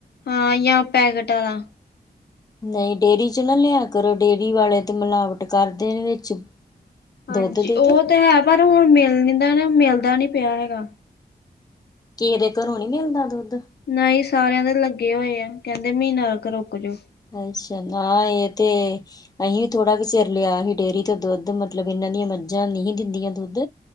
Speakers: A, on the left; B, on the left.
A: ਹਾਂ, ਯਾ ਪੈਕੇਟ ਵਾਲਾ।
B: ਨਹੀਂ ਡੇਅਰੀ'ਚੋਂ ਨਾ ਲਿਆ ਕਰੋ, ਡੇਅਰੀ ਵਾਲੇ ਤੇ ਮਿਲਾਵਟ ਕਰਦੇ ਨੇ ਵਿੱਚ।
A: ਹਾਂਜੀ,
B: ਦੁੱਧ ਦੇ
A: ਉਹ ਤੇ ਹੈ, ਪਰ ਹੁਣ ਮਿਲਣ ਦਾ, ਨਾ ਮਿਲਦਾ ਨੀ ਪਿਆ ਹੈਗਾ।
B: ਕਿਹੇ ਦੇ ਘਰੋਂ ਨੀ ਮਿਲਦਾ ਦੁੱਧ?
A: ਨਹੀਂ ਸਾਰਿਆਂ ਦੇ ਲੱਗੇ ਹੋਏ ਆ, ਕਹਿੰਦੇ ਮਹੀਨਾ ਕ ਰੁੱਕਜੋ।
B: ਅੱਛਾ, ਨਾ ਇਹ ਤੇ ਅਹੀਂ ਵੀ ਥੋੜ੍ਹਾ ਕੁ ਚਿਰ ਲਿਆ ਹੀ ਡੇਅਰੀ ਤੋਂ ਦੁੱਧ, ਮਤਲਬ ਇਹਨਾਂ ਦੀਆਂ ਮੱਝਾਂ ਨਹੀਂ ਸੀ ਦਿੰਦੀਆਂ ਦੁੱਧ।